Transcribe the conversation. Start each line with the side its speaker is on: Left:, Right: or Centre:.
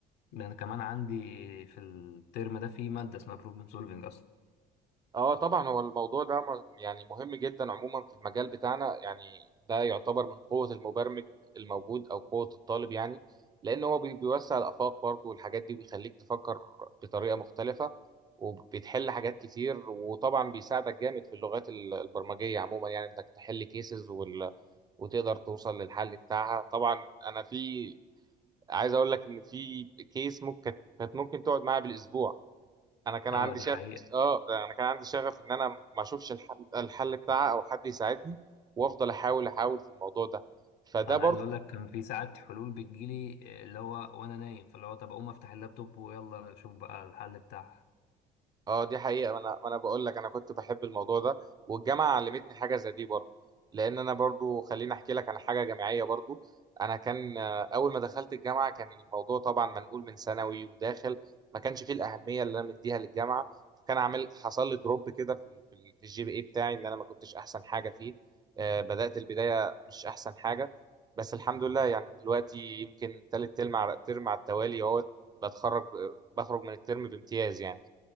Left: ده انا كمان عندي في الترم ده في ماده اسمها بروبلم سولفنج اصلا
Right: اه طبعا هو الموضوع ده م- يعني مهم جدا عموما في المجال بتاعنا يعني ده يعتبر من قوه المبرمج الموجود او قوه الطالب يعني لان هو بي- بيوسع الافاق برضه والحاجات دي بيخليك تفكر بطريقه مختلفه وبتحل حاجات كتير وطبعا بيساعدك جامد في اللغات ال- البرمجيه عموما يعني انك تحل كيسز وال وتقدر توصل للحل بتاعها طبعا انا في عايز اقول لك ان في كيس ممكن كانت كانت ممكن تقعد معايا بالاسبوع انا كان
Left: اه
Right: عندي
Left: دي
Right: شغف
Left: حقيقه
Right: اه انا كان عندي شغف ان انا ما اشوفش الحل الحل بتاعها او حد يساعدني وافضل احاول احاول في الموضوع ده فده
Left: انا
Right: برضو
Left: عايز اقول لك كان في ساعات حلول بتجيلي آه، اللي هو وانا نايم فاللي هو طب اقوم افتح اللابتوب ويلا اشوف بقى الحل بتاعها
Right: اه دي حقيقة ما انا ما انا بقول لك انا كنت بحب الموضوع ده والجامعة علمتني حاجة زي دي برضو لان انا برضو خليني احكي لك عن حاجة جامعية برضو انا كان آه، اول ما دخلت الجامعة كان الموضوع طبعا منقول من ثانوي وداخل ما كانش فيه الأهمية اللي انا مديها للجامعة فكان عامل حصل لي دروب كده في ال- في ال- في الجي بي اي بتاعي ان انا ما كنتش احسن حاجة فيه آه، بدأت البداية مش احسن حاجة بس الحمد لله يعني دلوقتي يمكن تالت ترم على ترم على التوالي اهوت بتخرج بخرج من الترم بامتياز يعني